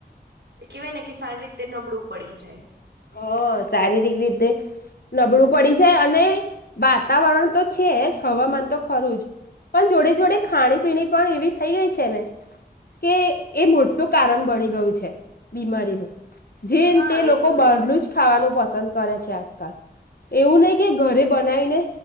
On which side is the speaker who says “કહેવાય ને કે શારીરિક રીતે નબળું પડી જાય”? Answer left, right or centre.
Right